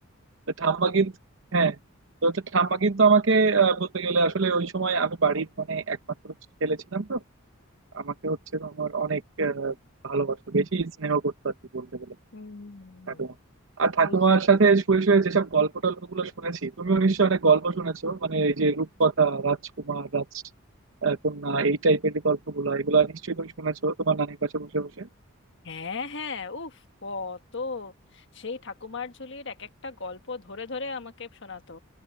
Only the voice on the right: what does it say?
তো ঠাম্মা কিন্তু হ্যাঁ তো হচ্ছে ঠাম্মা কিন্তু আমাকে আহ, বলতে গেলে আসলে ওই সময় আমি বাড়ির মানে একমাত্র ছেলে ছিলাম তো আমাকে হচ্ছে আমার অনেক আহ, ভালোবাসতো বেশি স্নেহ করতো আর কি বলতে গেলে
ঠাকুমা আর ঠাকুমার
সাথে
শুয়ে শুয়ে যেসব গল্প টল্প গুলো শুনেছি তুমিও নিশ্চয়ই অনেক গল্প শুনেছো মানে এই যে রূপকথা রাজকুমার রাজ আহ, কন্যা এই টাইপের গল্পগুলো এগুলো নিশ্চয়ই তুমি শুনেছো তোমার নানির পাশে বসে বসে